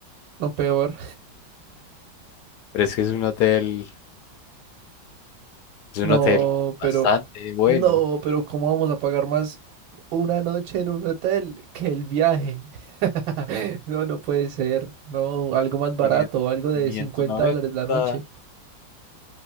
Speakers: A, on the right; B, on the left.
A: No, peor.
B: Pero es que es un hotel, es un
A: No,
B: hotel bastante
A: pero,
B: bueno.
A: no, pero ¿cómo vamos a pagar más una noche en un hotel que el viaje? <laughs> No, no puede ser. No, algo más barato,
B: 500
A: algo de cincuenta
B: 590,
A: dólares la noche.